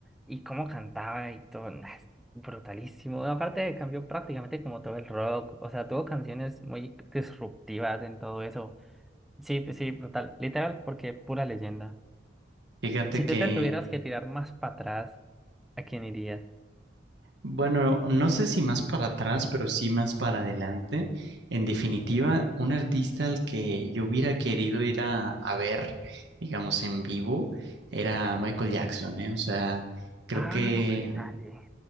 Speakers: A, in the centre; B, on the right (about 65°).
A: y cómo cantaba y todo. nah, es brutalísimo. Aparte cambió prácticamente como todo el rock. O sea, tuvo canciones muy disruptivas en todo eso. Sí, pues sí, brutal. Literal, porque pura leyenda.
B: fíjate
A: Si
B: que
A: tú te tuvieras que tirar más para atrás, ¿a quién irías?
B: Bueno, no sé si más para atrás, pero sí más para adelante. En definitiva, un artista al que yo hubiera querido ir a, a ver, digamos, en vivo, era Michael Jackson, ¿eh? O sea, creo
A: Ah,
B: que
A: no, que dale.